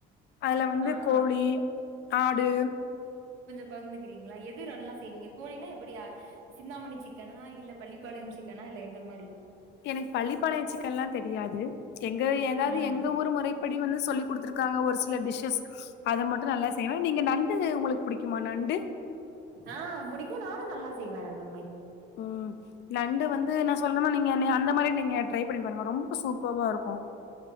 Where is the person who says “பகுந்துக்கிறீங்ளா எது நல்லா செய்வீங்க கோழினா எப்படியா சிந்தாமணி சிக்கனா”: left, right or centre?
Right